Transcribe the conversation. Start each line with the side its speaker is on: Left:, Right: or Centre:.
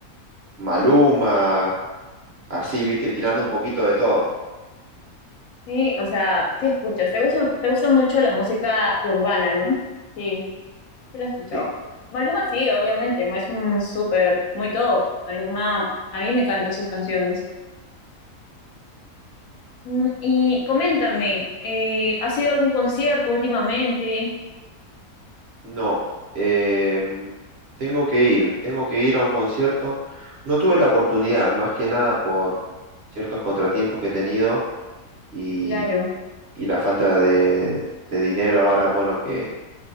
Right: Maluma, así, viste, tirando un poquito de todo.
Left: sí, o sea, sí escuchas. Te gusta, te gusta mucho la música urbana, ¿no? Sí. Sí lo he escuchado.
Right: Sí.
Left: Maluma sí, obviamente, es un súper, muy top. Maluma, a mí me encantan sus canciones. Mm, Y coméntame, eh, ¿has ido a algún concierto últimamente?
Right: No, em, tengo que ir, tengo que ir a un concierto. No tuve la oportunidad, más que nada por ciertos contratiempos que he tenido y,
Left: Claro,
Right: y la falta de, de dinero ahora, bueno, que